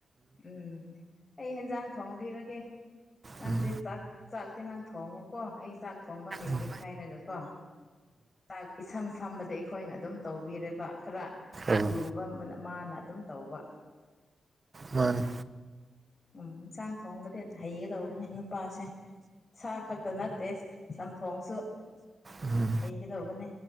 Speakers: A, on the left; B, on the right.
A: ꯎꯝ ꯑꯩ ꯍꯦꯟꯖꯥꯡ ꯊꯣꯡꯕꯤꯔꯒꯦ ꯅꯪꯗꯤ
B: ꯎꯝ
A: ꯆꯥꯛ ꯆꯥꯛꯇꯤ ꯅꯪ ꯊꯣꯡꯉꯨꯀꯣ ꯑꯩ ꯆꯥꯛ ꯊꯣꯡꯕ ꯍꯩꯗꯦ
B: ꯎꯝ
A: ꯍꯥꯏꯔꯒꯀꯣ ꯆꯥꯛ ꯏꯁꯝ ꯁꯝꯕꯗꯩ ꯑꯩꯈꯣꯏꯅ ꯑꯗꯨꯝ ꯇꯧꯕꯤꯔꯦꯕ ꯈꯔ
B: ꯎꯝ
A: ꯂꯨꯕ ꯃꯥꯅ ꯑꯗꯨꯝ ꯇꯧꯕ
B: ꯃꯥꯅꯤ
A: ꯎꯝ ꯆꯥꯛ ꯊꯣꯡꯕꯗꯤ ꯍꯩꯒꯗꯧꯕꯅꯦ ꯅꯨꯄꯥꯁꯦ ꯁꯥ ꯈꯛꯇ ꯅꯠꯇꯦ ꯆꯝꯊꯣꯡꯁꯨ
B: ꯎꯝ
A: ꯍꯩꯒꯗꯧꯕꯅꯦ